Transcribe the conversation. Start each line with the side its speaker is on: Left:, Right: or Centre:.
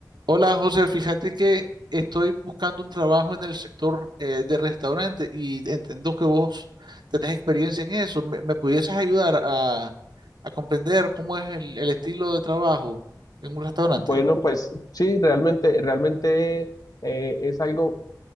Right: Hola José, fíjate que estoy buscando un trabajo en el sector eh, de restaurante y entiendo que vos tenés experiencia en eso. ¿Me, me pudieses ayudar a, a comprender cómo es el, el estilo de trabajo en un restaurante?
Left: Bueno, pues sí, realmente, realmente eh, es algo,